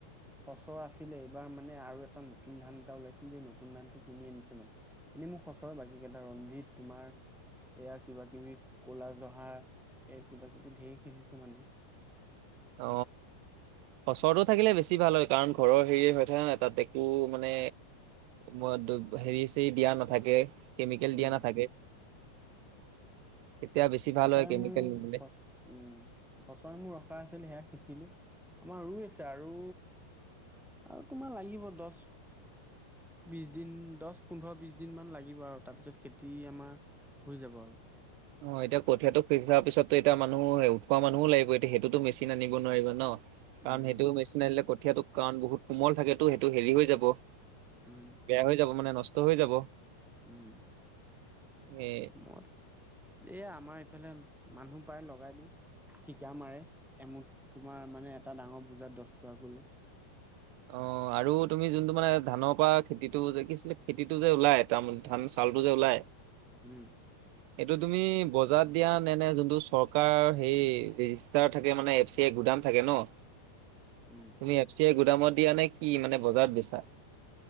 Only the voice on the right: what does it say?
অ বচৰটো থাকিলে বেছি ভাল হয়। কাৰণ ঘৰৰ হেৰি হৈ থাকে ন তাত একো মানে। মই হেৰি চৰি দিয়া নাথাকে। কেমিকেল
দিয়া নাথাকে। এতিয়া বেছি
ভাল হয় কেমিকেল
নিদিলে।
অ এতিয়া কঠিয়াতটু থাৰ পিছতো এতি মুহ উঠোৱা মানুহো লাগিব এতিয়া সেইটোতো মেচিন আনিব নোৱাৰিব ন।
কাৰণ সেইটো মেচিন আহিলে কঠীয়াতটো কাৰণ বহুত কোমল থাকেতো সেইটো হেৰি হৈ যাব। বেয়া
হৈ যাব মানে নষ্ট হৈ যাব।
এ
অ আৰু তুমি যোনটো মানে ধানৰ পৰা খেতিতটো যে কিছিলে খেতিটো যে ওলাই তাৰ ধান চ। কালটো যে ওলাই।
এইটো তুমি বজাৰ দিয়া নে নে যোনটো চৰকাৰ হে ৰেজিষ্টাৰ থাকে মানে এফ চিই গোট। দাম থাকে ন। তুমি
এফ চি আই গুদামত দিয়া নে কি? মানে বজাৰত বিছা।